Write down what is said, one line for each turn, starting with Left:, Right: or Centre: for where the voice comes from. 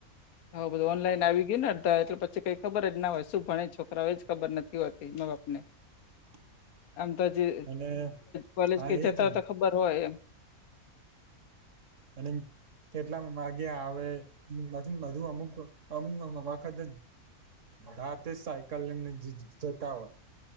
Left: હું બધું ઓનલાઈન આવી ગયું ને અધા એટલે પછી કઈ ખબર જના હોય શું ભણે છોકરાઓ એ જ ખબર નથી હોતી મા- બાપ ને,
Right: <inaudible>
Left: આમ તોજી
Right: અને
Left: કોલેજ
Right: હા
Left: જતા
Right: એજ ને
Left: હોય ખબર હોય એ,
Right: અને કેટલા વાગ્યા આવે છે, બધું અમુક અમુક વખત. રાતે સાયકલ લઈને જતા હોય,